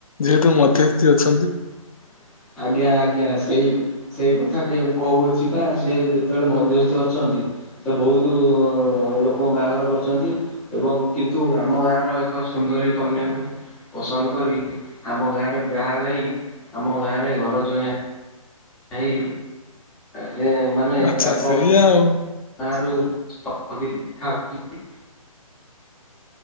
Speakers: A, on the left (about 70°); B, in the centre.
A: ଯେହେତୁ ମଧ୍ୟସ୍ଥି ଅଛନ୍ତି।
B: <unintelligible> ଆଜ୍ଞା ଆଜ୍ଞା ସେଇ ସେଇ କଥା କହୁଅଛି ପା ସେ ଯେତେବେଳେ ମଧ୍ୟସ୍ଥି ଅଛନ୍ତି ସେ ବହୁତ ଲୋକଙ୍କୁ ବାହାଘର କରିଛନ୍ତି ଏବଂ କିନ୍ତୁ ଆମ ଗାଁର ଏକ ସୁନ୍ଦର କନ୍ୟା କୁ ପସନ୍ଦ କରି ଆମ ଗାଁ ରେ ବାହାଘର ହୋଇ ଏରେ ଘର ଜଇଁଆ ଭାଇ ଯେ ମାନେ
A: ଆଚ୍ଛା
B: ତାଙ୍କ
A: ସେଇଆ ଆଉ
B: <unintelligible> ସମ୍ପତ୍ତି ଖାଉଛନ୍ତି